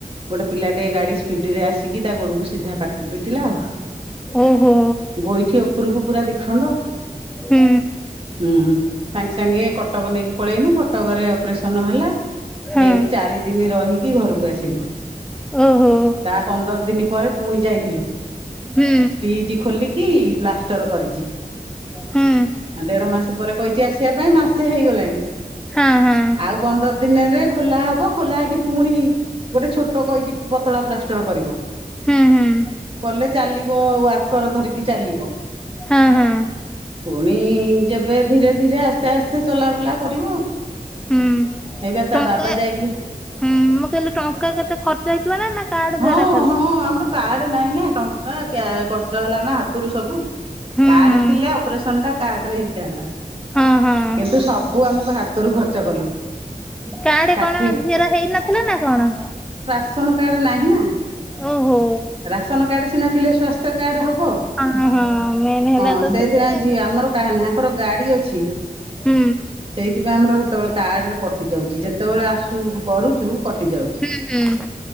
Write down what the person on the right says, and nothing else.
ଗୋଟେ ପିଲାଟେ ଗାଡି ସ୍ପିଡିରେ ଆସିକି ତା ଗୋଡକୁ ସିଧା ପାଟ୍ ପିଟିଲା ଆଉ।
ଗୋଇଠି ଉପରକୁ ପୁରା ଦି ଖଣ୍ଡ।
ହୁଁ। ସାଙ୍ଗେ ସାଙ୍ଗେ କଟକ ନେଇକି ପଳେଇନୁ। କଟ- କଟକରେ ଅପରେସନ ହେଲା।
ହେଇକି ଚାରି ଦିନ ରହିକି ଘରକୁ ଆସିଲୁ।
ତା ପନ୍ଦର ଦିନି ପରେ ପୁଣି ଯାଇଥିଲୁ।
ଷ୍ଟିଜ ଖୋଲିକି ପ୍ଲାଷ୍ଟର କରିଛି।
ଆ ଦେଢ ମାସ ପରେ କହିଛି ଆସିଆ ପାଇଁ। ମାସେ ହେଇଗଲାଣି।
ଆଉ ପନ୍ଦର ଦିନରେ ଖୋଲା ହବ। ଖୋଲା ହେଇକି ପୁଣି- ଗୋଟେ ଛୋଟ କହିଚି ପତଳା ପ୍ଲାଷ୍ଟର କରିବ।
କଲେ ଚାଲିବ। ୱାର୍କର ଧରିକି ଚାଲିବ।
ପୁଣି ଯେବେ ଧୀରେ ଧୀରେ ଆସ୍ତେ ଆସ୍ତେ ଚଲାବୁଲା କରିବ।
ହେଇବା ତା
ବାବା ଯାଇକି
ହଁ
ହଁ ଆମର କାର୍ଡ ନାହିଁ ନା ଟଙ୍କା ଖର୍ଚ୍ଚ ହେଲା ନା ହାତରୁ ସବୁ
କାର୍ଡ
ଥିଲେ ଅପରେସନଟା କାର୍ଡରେ ହେଇଥାନ୍ତା
କିନ୍ତୁ ସବୁ ଆମକୁ ହାତରୁ ଖର୍ଚ୍ଚ କଲୁ
ଷାଠିଏ
ରାସନ କାର୍ଡ଼ ନାହିଁ ନା
ରାସନ କାର୍ଡ଼ ସିନା ଥିଲେ ସ୍ୱାସ୍ଥ୍ୟ କାର୍ଡ଼ ହେବ। ହବ
ହଁ
ସେଥିପାଇଁ
ଆମର କାହାରନାହିଁ ଆଙ୍କର ଗାଡି ଅଛି ହ <unintelligible>
ସେଇଥିପାଇଁ ଆମର ହେତେବେଳେ କାର୍ଡରେ କଟି ଯାଉଛି ଯେତେବେଳେ ଆସୁ କରୁଛୁ କଟି ଯାଉଛି।